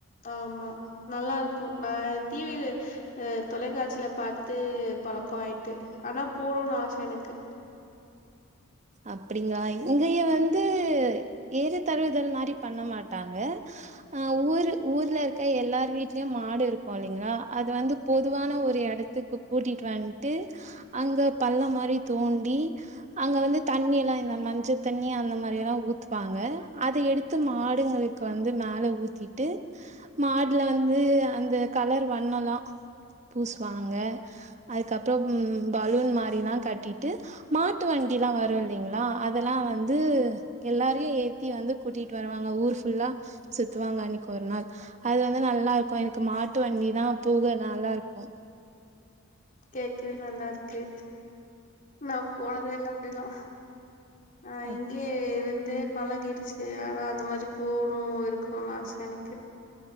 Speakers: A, on the left (about 40°); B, on the right (about 35°).
A: ஆமா நல்லாயிருக்கு நா டி வி அ தொலைக்காட்சியில பாத்து பழக்கோ ஆயிட்டு ஆனா போணுன் ஆச எனக்கு
B: அப்டிங்களா இங்கய வந்து ஏறு தழுவுதல் மாரி பண்ண மாட்டாங்க அ ஊர் ஊர்லயிருக்க எல்லார் வீட்லயு மாடு இருக்கு இல்லைங்களா அது வந்து பொதுவான ஒரு எடத்துக்கு கூட்டிட்டு வன்ட்டு அங்க பல்லோமாரி தோண்டி அங்க வந்து தண்ணியெல்லா இந்த மஞ்ச தண்ணி அந்த மாரியல்லா ஊத்துவாங்க அத எடுத்து மாடுங்களுக்கு வந்து மேல ஊத் திட்டு மாட்ல வந்து அந்த கலர் வண்ணோலா பூஸ்வாங்க அதுக்கப்றோ பலூன் மாரிலா கட்டிட்டு மாட்டு வண்டில்லா வரு யில்லைங்ளா அதெல்லா வந்து எல்லாரையு ஏத்தி வந்து கூட்டிட்டு வருவாங்க ஊர் ஃபுல்லா சுத்துவாங்க அன்னிக்கு ஒரு நாள் அது வந்து நல்லாயிருக்கு எனக்கு மாட்டு வண்டி நா போக நல்லாயிருக்கு
A: கேக்வே நல்லாயிருக்கு நா போனதே இல்ல அப்டிலா ஆ
B: அப்
A: இங்கேயிருந்து பழகிடுச்சு ஆனா அந்தமாரி போணு இருக்கணு ஆச எனக்கு